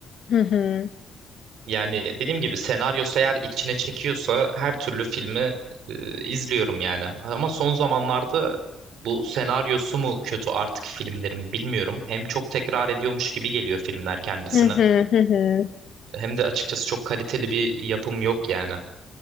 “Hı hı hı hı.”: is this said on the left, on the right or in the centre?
Left